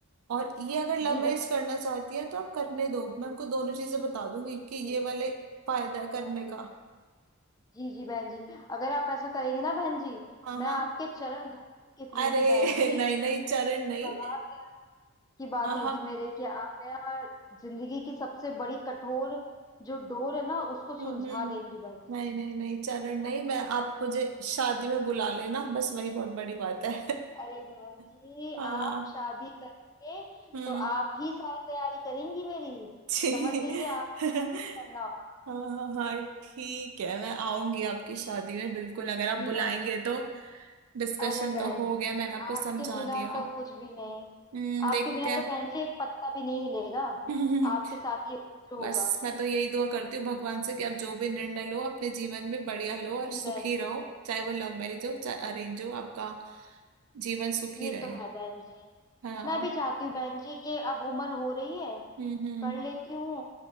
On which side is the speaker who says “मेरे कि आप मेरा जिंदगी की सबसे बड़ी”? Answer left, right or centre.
Left